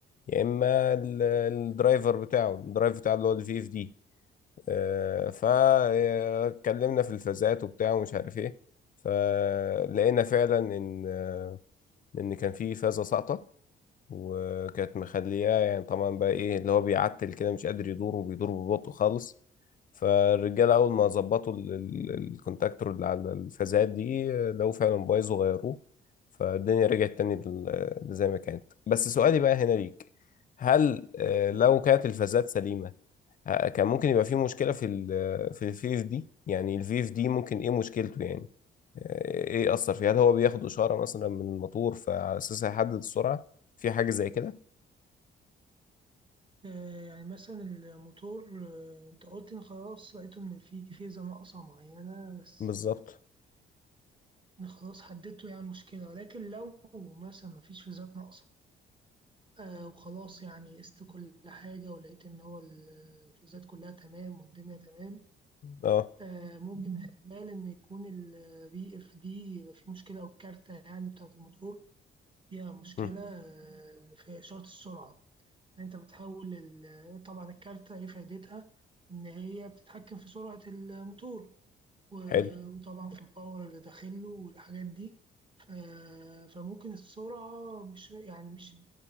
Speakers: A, on the left; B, on the right.
A: يا إما ال- الدرايفر بتاعه الدرايف بتاعه اللي هو الفي اف دي آه، فاتكلمنا في الفازات وبتاع ومش عارف ايه فلقينا فعلا ان آه، ان كان في فازه ساقطه وكانت مخلياه يعني طبعا بقى ايه اللي هو بيعتل كده مش قادر يدور وبيدور ببطء خالص فالرجاله اول ما ظبطوا ال- ال- الكونتاكتور اللي على الفازات دي لو فعلا بايظ وغيروه فالدنيا رجعت تاني لل- زي ما كانت بس سؤالي بقى هنا ليك هل آه، لو كانت الفازات سليمة ه- كان ممكن يبقى في مشكلة في ال في الفي اف دي يعني الفي اف دي ممكن ايه مشكلته يعني آه، ايه أثر فيه هل هو بياخد إشارة مثلا من الموتور فعلى أساسها يحدد السرعة في حاجة زي كده
B: آه، يعني مثلا الموتور آه، أنت قلت إن خلاص لقيته إن في فيزا ناقصة معينة بس
A: بالظبط
B: أنا خلاص حددته يعني المشكلة ولكن لو مثلا مفيش فيزات ناقصة آه وخلاص يعني قست كل حاجة ولقيت إن هو الفيزات كلها تمام والدنيا تمام
A: اه
B: آه، ممكن احتمال إن يكون البي اف دي يبقى فيه مشكلة أو الكارتة يعني بتاعة الموتور فيها مشكلة
A: مم.
B: آه، في إشارة السرعة يعني أنت بتحول ال- آه، طبعا الكارتة إيه فايدتها؟ إن هي بتتحكم في سرعة الموتور و-
A: حلو
B: وطبعا في الباور اللي داخله والحاجات دي ف- فممكن السرعة مش يعني مش